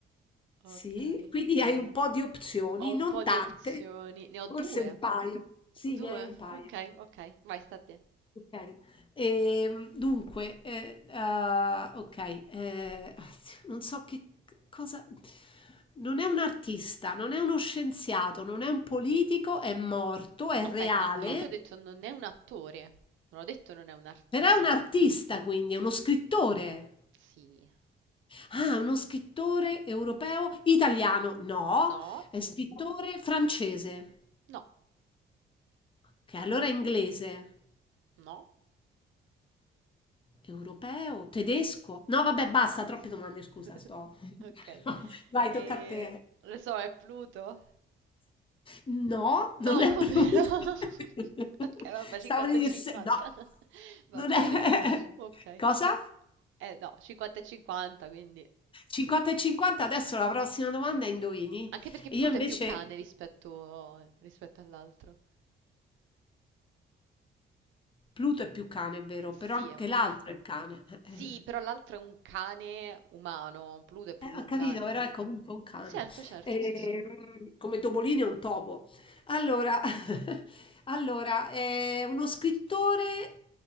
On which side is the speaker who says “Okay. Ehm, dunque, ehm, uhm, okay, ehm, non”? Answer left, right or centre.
Left